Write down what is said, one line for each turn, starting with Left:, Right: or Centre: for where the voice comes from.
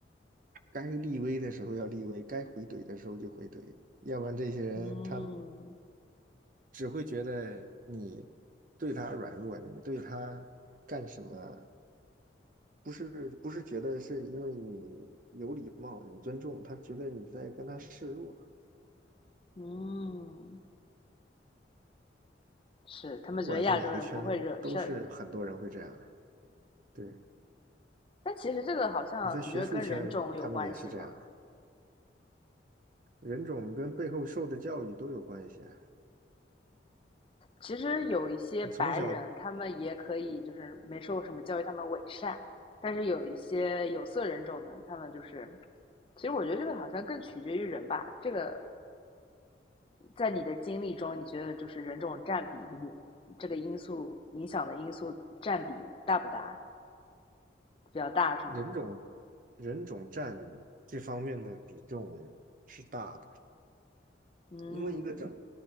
Right: 该立威的时候要立威，该回怼的时候就回怼，要不然这些人他
Left: 嗯
Right: 只会觉得你对他软弱，你对他干什么，不是不是觉得是因为你有礼貌，你尊重，他觉得你在跟他示弱。
Left: 嗯？是，他们觉得亚洲人不会惹事儿，
Right: 不管是哪个圈，都是很多人会这样。对，
Left: 但其实这个好像你觉得跟人种有关系吗？
Right: 你在学术圈，他们也是这样。人种跟背后受的教育都有关系啊。
Left: 其实有一些白人，
Right: 你从小
Left: 他们也可以就是没受过什么教育，他们伪善，但是有一些有色人种呢，他们就是，其实我觉得这个好像更取决于人吧。这个在你的经历中，你觉得就是人种占比例这个因素影响的因素占比大不大？比较大是吗？
Right: 人种人种占这方面的比重是大的，
Left: 嗯
Right: 因为一个整，